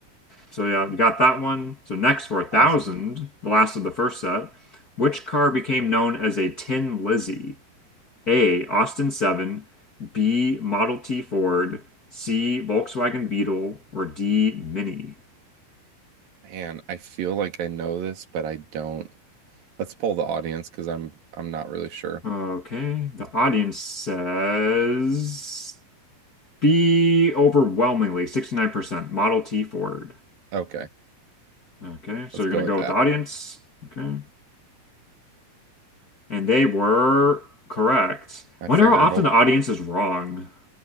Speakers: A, on the left (about 30°); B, on the right (about 70°).
A: So yeah, we got that one. So next for a thousand,
B: Awesome.
A: the last of the first set, which car became known as a Tin Lizzie? A. Austin 7, B. Model T Ford, C. Volkswagen Beetle, or D. Mini.
B: Man, I feel like I know this, but I don't. Let's pull the audience because I'm I'm not really sure.
A: Okay, the audience says B overwhelmingly, 69%, Model T Ford.
B: Okay,
A: Okay, so
B: let's
A: you're
B: go
A: gonna
B: with
A: go
B: that.
A: with the audience. Okay. And they were correct.
B: I
A: Wonder
B: figure
A: how often
B: hope
A: the audience is wrong.